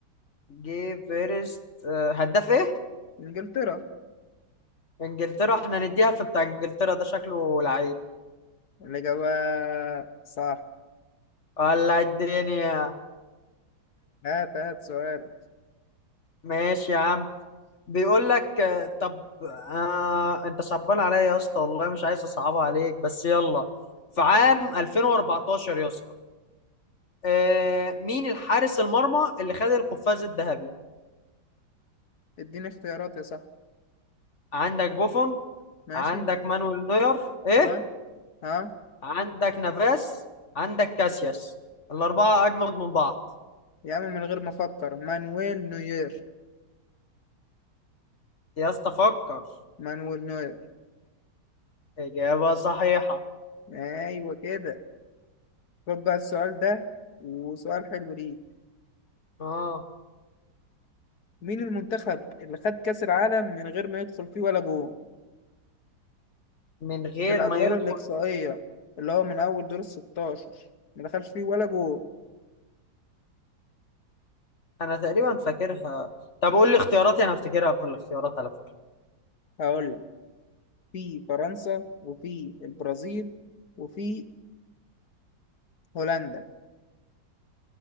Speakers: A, on the left (about 40°); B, on the left (about 60°).
A: جي فيرست آه، هداف ايه
B: انجلترا
A: انجلترا احنا نديها في بتاع انجلترا ده شكله لعيب
B: الاجابه صح
A: ولا الدنيا
B: هات هات سؤالك
A: ماشي يا عم بيقول لك آه، طب آه انت صعبان عليا يا اسطى والله مش عايز اصعبها عليك بس يلا في عام 2014 يا اسطى آه مين الحارس المرمى اللي خد القفاز الذهبي
B: اديني اختيارات يا صاحبي
A: عندك بوفون
B: ماشي
A: عندك مانويل نوير ايه
B: ها ها
A: عندك نافاس عندك كاسياس الاربعه اجمد من بعض
B: يا عم من غير ما افكر مانويل نوير
A: يا اسطى فكر
B: مانويل نوير
A: اجابه صحيحه
B: ايوه كده خد بقى السؤال ده وسؤال حلو ليك
A: اه
B: مين المنتخب اللي خد كأس العالم من غير ما يدخل فيه ولا جول
A: من غير
B: في الأدوار
A: ما يدخل
B: الإقصائية اللي هو من أول دور الستاشر ما دخلش فيه ولا جول
A: انا تقريبا فاكرها طب قول لي اختياراتي انا افتكرها في الاختيارات على فكرة
B: هقول في فرنسا وفي البرازيل وفي هولندا